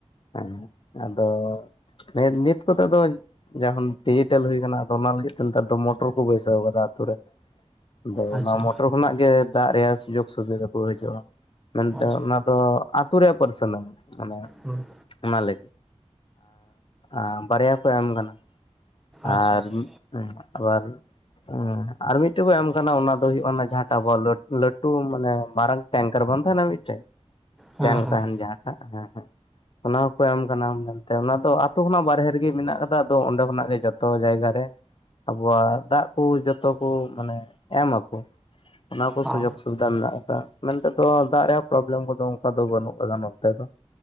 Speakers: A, on the left; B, in the centre.
A: ᱦᱮᱸ ᱟᱫᱚ ᱦᱮᱸ ᱱᱤᱛ ᱠᱚᱛᱮ ᱫᱚ ᱡᱚᱠᱦᱚᱱ ᱰᱤᱡᱤᱴᱮᱞ ᱦᱩᱭ ᱟᱠᱟᱱᱟᱼᱟ᱾ ᱚᱱᱟ ᱞᱟᱹᱜᱤᱫ ᱛᱮ ᱱᱮᱛᱟᱨ ᱫᱚ ᱢᱚᱴᱚᱨ ᱠᱚ ᱵᱟᱹᱭᱥᱟᱹ ᱟᱠᱟᱫᱟ ᱟᱹᱛᱩ ᱨᱮ᱾ ᱟᱫᱚ
B: ᱟᱪᱪᱷᱟ
A: ᱚᱱᱟ ᱢᱚᱴᱚᱨ ᱠᱷᱚᱱᱟᱜ ᱜᱮ ᱫᱟᱜ ᱨᱮᱭᱟᱜ ᱥᱩᱡᱳᱜ ᱥᱩᱵᱤᱫᱷᱟ ᱠᱚ ᱦᱤᱡᱩᱜᱼᱟ, ᱢᱮᱱᱛᱮ
B: ᱟᱪᱪᱷᱟ
A: ᱚᱱᱟ ᱫᱚ ᱟᱹᱛᱩ ᱨᱮᱭᱟᱜ ᱯᱟᱨᱥᱱᱟᱞ ᱢᱟᱱᱮ᱾
B: ᱦᱮᱸ᱾
A: ᱚᱱᱟ ᱞᱟᱹᱜᱤᱫ ᱟᱨ ᱵᱟᱨᱭᱟ ᱠᱚ ᱮᱢ ᱠᱟᱱᱟ᱾
B: ᱟᱪᱪᱷᱟ
A: ᱟᱨ
B: ᱟᱪᱪᱷᱟ
A: ᱟᱵᱟᱨ ᱦᱮᱸ ᱟᱨ ᱢᱤᱫᱴᱮᱡ ᱠᱚ ᱮᱢ ᱟᱠᱟᱱᱟ ᱚᱱᱟ ᱫᱚ ᱦᱩᱭᱩᱜ ᱠᱟᱱᱟ ᱡᱟᱦᱟᱸ ᱴᱟᱣᱚᱨ ᱞᱳᱴ ᱞᱟᱹᱴᱩ ᱢᱟᱱᱮ ᱢᱟᱨᱟᱝᱼᱼ ᱴᱮᱝᱠᱟᱨ ᱵᱟᱝ ᱛᱟᱦᱮᱱᱟ ᱢᱤᱫᱴᱮᱡ
B: ᱦᱮᱸ
A: ᱴᱝᱠ
B: ᱦᱮᱸ
A: ᱛᱟᱦᱮᱱ ᱡᱟᱦᱟᱸ ᱴᱟᱜ ᱦᱮᱸ ᱦᱮᱸ᱾᱾ ᱚᱱᱟ ᱦᱚᱸᱠᱚ ᱮᱢ ᱠᱟᱱᱟ ᱢᱮᱱᱛᱮ ᱚᱱᱟ ᱫᱚ ᱟᱛᱩ ᱠᱷᱚᱱᱟᱜ ᱵᱟᱨᱦᱮ ᱨᱮᱜᱤ ᱢᱤᱱᱟᱜ ᱟᱠᱟᱫᱟ ᱟᱫᱚ ᱚᱸᱰᱮ ᱠᱷᱚᱱᱟᱜ ᱜᱮ ᱡᱚᱛᱼᱼ ᱡᱚᱛᱚ ᱡᱟᱭᱜᱟ ᱨᱮ ᱟᱵᱚᱣᱟᱜ ᱫᱟᱜ ᱠᱩ ᱡᱚᱛᱚ ᱠᱩ ᱢᱟᱱᱮ ᱮᱢ ᱟᱠᱩ᱾ ᱚᱱᱟ ᱠᱚ ᱥᱩᱡᱳᱠᱼᱼ
B: ᱚ
A: ᱥᱩᱵᱤᱫᱟ ᱢᱮᱱᱟᱜ ᱟᱠᱟᱜ-ᱟ, ᱢᱮᱱᱛᱮ ᱫᱚ ᱫᱟᱜ ᱨᱮᱭᱟᱜ ᱯᱨᱚᱵᱮᱞᱮᱢ ᱠᱚᱫᱚ ᱚᱱᱠᱟ ᱫᱚ ᱵᱟᱹᱱᱩᱜ ᱠᱟᱫᱟ ᱱᱚᱛᱮ ᱫᱚ᱾